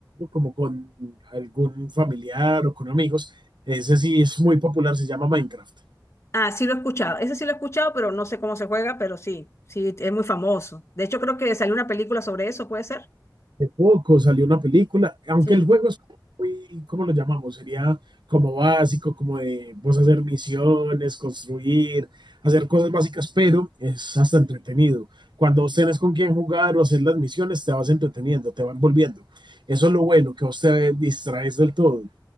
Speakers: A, on the right; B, on the left.
A: como con algún familiar o con amigos, ese sí es muy popular, se llama Minecraft.
B: Ah, sí lo he escuchado. Ese sí lo he escuchado, pero no sé cómo se juega, pero sí, sí, es muy famoso. De hecho, creo que salió una película sobre eso, ¿puede ser?
A: De poco salió una película, aunque
B: Sí.
A: el juego es muy, ¿cómo lo llamamos? Sería como básico, como de vos hacer misiones, construir, hacer cosas básicas, pero es hasta entretenido. Cuando vos tenés con quién jugar o hacer las misiones, te vas entreteniendo, te van envolviendo Eso es lo bueno, que vos te distraes del todo.